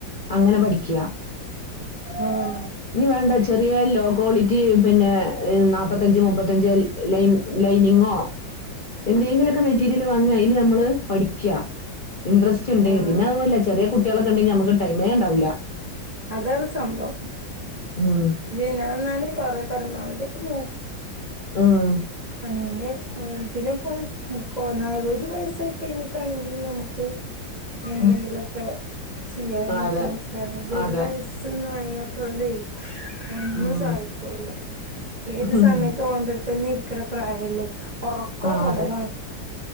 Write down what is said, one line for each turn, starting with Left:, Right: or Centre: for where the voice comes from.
Left: അങ്ങനെ പഠിക് ക്ക്യ
Right: ആഹ്
Left: ഇനിവേണ്ട ചെറിയ ലോക്വാളിറ്റി പിന്നെ നാപത്തഞ്ച് മുപ്പ് മുപ്പത്തഞ്ച് ലൈ ലൈനിങ്ങോ എന്തേങ്കിലൊക്കെ മെറ്റീരിയല് വാങ്ങി ഐല്നമ്മള് പഠിക്കാ ഇൻറസ്റ്റ്ണ്ടെങ്കി
Right: ആഹ്
Left: പിന്നെ അതുപോലെ ചെറിയേ കുട്ടൃളൊക്കെണ്ടെങ്കി നമ്മക്ക് ടൈമേണ്ടാവൂല
Right: അതാണ് സംഭവം
Left: ഉം.
Right: ഏന്നാനാലും കൊറേ പരമാവധിയൊക്കെ നോ
Left: ആഹ്
Right: അങ്ങനെ പിന്നെപോയി കൊ നാ ഒരു വയസായി കഴിഞ്ഞിട്ടാണെങ്കിൽ നമക്ക് എന്തെങ്കില്ക്കെ
Left: ഉം.
Right: ചെയ്യാൻന്നക്കാ
Left: ആ, അതെ
Right: നിക്കാ ഇത് ഒരു
Left: അതെ
Right: വയസൊന്നാകാത്തോണ്ടേ ഒന്നും
Left: ഉം.
Right: സാ കൂല ഏത്
Left: ഉം.
Right: സമയത്തും ഓന്റെടുത്തെന്നെ ഇരിക്ക്ണ പ്രായല്ലേ ഒറക്കം
Left: ആ
Right: കൊറവാ
Left: അതെ